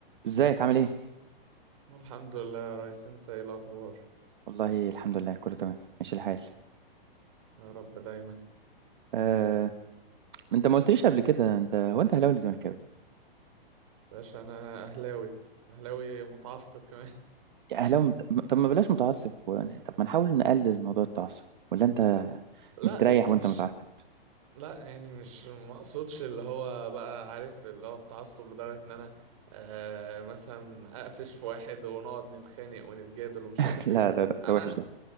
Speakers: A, on the right; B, on the right.
A: ازيك عامل ايه؟
B: الحمد لله يا ريس انت ايه الاخبار
A: والله الحمد لله كله تمام ماشي الحال
B: يا رب دايما
A: آه، انت ما قلتليش قبل كده انت هو انت اهلاوي ولا زملكاوي؟
B: باشا انا اهلاوي اهلاوي متعصب كمان
A: يا اهلاوي مت... طب ما بلاش متعصب و... طب ما نحاول نقلل موضوع التعصب ولا انت
B: <laughs> لا
A: مستريح
B: يعني
A: وانت
B: مش
A: متعصب؟
B: لا يعني مش مقصودش اللي هو بقى عارف اللي هو التعصب لدرجة ان انا آه مثلا اقفش في واحد ونقعد نتخانق ونتجادل ومش
A: <laughs>
B: عارف
A: لا
B: ايه
A: لا لا
B: انا
A: ده وحش ده